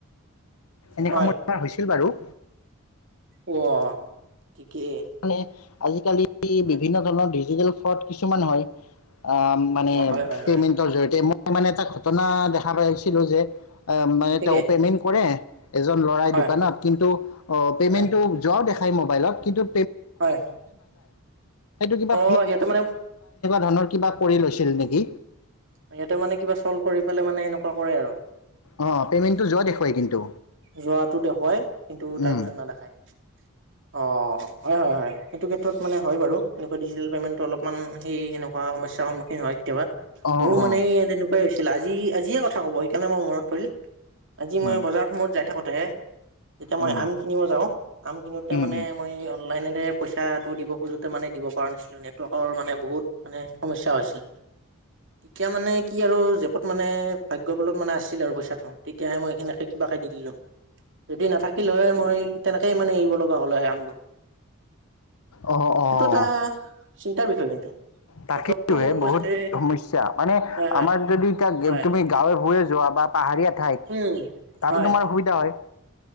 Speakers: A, on the left (about 85°); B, on the right (about 60°).
A: এনেকুৱা
B: হয়
A: মোৰ হৈছিল বাৰু
B: অ ঠিকেই
A: মানে আজিকালি
B: হয়
A: বিভিন্ন ধৰণৰ ডিজিটেল ফ্ৰড কিছুমান হয় আহ মানে
B: অ', হয়, হয়,
A: পেমেন্টৰ
B: হয়,
A: জৰিয়তে মই মানে এটা ঘটনা দেখা পাইছিলো যে অ মানে
B: ঠিকেই
A: তেওঁ পেমেণ্ট কৰে এজন ল'ৰাই
B: হয়,
A: দোকানত কিন্তু অ পেমেন্টটো
B: হয়,
A: যোৱা দেখ ম নাটো
B: হয়
A: কা
B: অ', সিহঁতে মানে
A: ধনৰ কিবা কৰি লৈছিল নেকি
B: সিহঁতে মানে কিবা চল্ভ কৰি ফেলে মানে এনেকুৱা কৰে আৰু
A: অ পেমেণ্টটো যোৱা দেখুৱাই কিন্তু
B: যোৱাতো দেখুৱাই কিন্তু তাৰপিছত
A: উম
B: নাদাখায় অ হয় হয় হয় এইটো ক্ষেত্ৰত মানে হয় বাৰু এনেকুৱা ডিজিটেল পে'মেণ্টটো অলপমান সেই সেনেুৱা সমস্যা সন্মুখীন হয় কেতিয়াবা
A: অঁ
B: মোৰ মানে
A: অঁ
B: তেনেকুৱাই ছিল আজি আজিয়ে কথা ক'ব সেইকাৰণে মই মনত পৰিল আজি মই
A: উম
B: বজাৰ সমূত যাই থাকোতেহে এতিয়া মই
A: উম
B: আম কিনিব যাওঁ আম কিনোতে
A: উম
B: মানে
A: উম
B: মই অনলাইনে পইচাটো দিব খোজোতে মানে দিব পৰাাৰ নাছিলো নেটৱৰ্কৰ মানে বহুত মানে সমস্া হৈছিল <unintelligible> এতিয়া মানে কি আৰু জেপত মানে ভাগ্যবলত মানে আছিল আৰু পইচাটোতিাহে মই সিনে কিবাকে দিম যদি নাথাকিলে হয় মই তেনেকেই মানে এৰিব লগা হ'ল আমবোৰ
A: অঁ অঁ
B: সেইটো এটা চিন্তাৰ বিষয়ে কিন্তু
A: তাকেইটো
B: নেটৱৰ্কটো
A: বহুত
B: এনেকে
A: সমস্যা মানে
B: হয় হয়
A: আমাৰ যদি এতিয়া
B: হয়
A: তুমি গাঁৱে সুৰে যোৱা বা পাহাৰীয়া ঠাইত
B: উম
A: তাতো
B: হয়
A: তোমাৰ সুবিধা হয়